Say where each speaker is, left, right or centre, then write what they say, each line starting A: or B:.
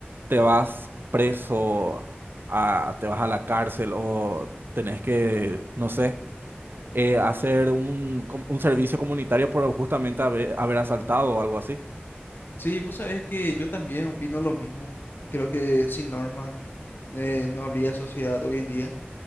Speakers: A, on the right; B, on the left.
A: te vas preso, a, te vas a la cárcel o tenés que, no sé eh, hacer un, com- un servicio comunitario por justamente haber, haber asaltado o algo así.
B: Sí, vos sabés que yo también opino lo mismo. Creo que sin normas eh, no habría sociedad hoy en día.